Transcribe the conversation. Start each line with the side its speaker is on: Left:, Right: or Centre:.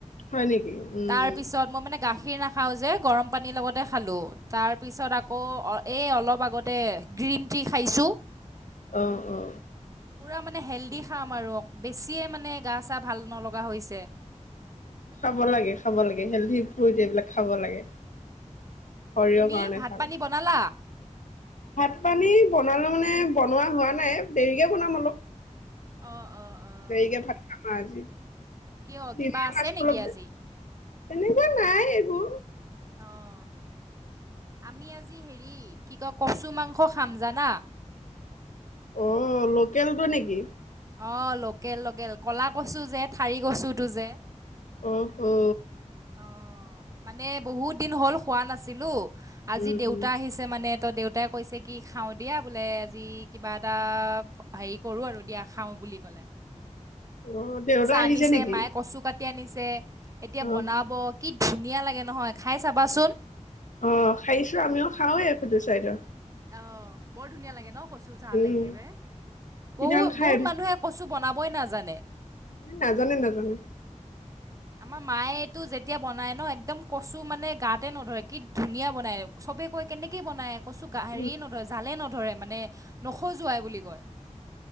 Left: হয় নেকি উম
Right: তাৰ পিছত মই মানে গাখীৰ নাখ খাওঁ যে গৰম পানীৰ লগতে খালো। তাৰপিছত আকৌ অ এই অলপ আগতে গ্ৰীণ টি খাইছোঁ।
Left: অ অ অ।
Right: পোৰা মানে হেল্ডি খাম আৰু বেছিয়ে মানে গা চা ভাল নলগা হৈছে।
Left: খাব লাগে খাব লাগে হেল্ডি ফ্ৰুত এইবিলাক খাব লাগে। শৰীৰৰ
Right: তুমি
Left: কাৰণে
Right: ভাত
Left: ভাল।
Right: পানী বনালা?
Left: ভাত পানী বনালো মানে বনোৱা হোৱা নাই দেৰিকে বনাম অলপ।
Right: অঁ অঁ অঁ
Left: দেৰিকে ভাত খাম আ আজি।
Right: কিয়
Left: তেনেকুৱা
Right: কিবা আছে নেকি আজি?
Left: নাই একো।
Right: অহ। আমি আজি হেৰি কি কয় কচু মাংস খাম, জানা?
Left: অ' লোকেলটো নেকি?
Right: অ' লোকেল লোকেল ক'লা কচু যে ঠাৰি কচুটো যে
Left: অ'হ অ'।
Right: অ মানে বহুত দিন হ'ল খোৱা নাছিলো, আজি
Left: উম
Right: দেউতা
Left: উম
Right: আহিছে মানে ত দেউতাই কৈছে কি খাওঁ দিয়া বোলে আজি কিবা এটা হেৰি কৰোঁ আৰু দিয়া খাওঁ বুলি ক'লে।
Left: অ', দেউতা
Right: চা
Left: আহিছে
Right: আনিছে
Left: নেকি?
Right: মায়ে কচু কাট টি আনিছে এতিয়া
Left: অ',
Right: বনাব কি ধুনীয়া লাগে নহয় খাই চাবাচোন।
Left: অ', খাইছো আমিও খাওঁৱে <inaudible> চাইডৰ।
Right: অ', বৰ ধুনীয়া লাগে ন কচো জাল
Left: উম,
Right: একেবাৰে।
Left: সিদিনাখন
Right: বহ
Left: খাই
Right: বহুত মানুহে কচু বনাবই নাজানে।
Left: নাজানে-নাজানে।
Right: আমাৰ মায়েটো যেতিয়া বনায় ন একদম কচু মানে গাতে নধৰে কি ধুনীয়া বনায় চবে কৈয় কেনেকে বনাই কচোন। হেৰি
Left: উম,
Right: নধৰে, জালে নধৰে মানে নখজোৱাই বুলি কয়।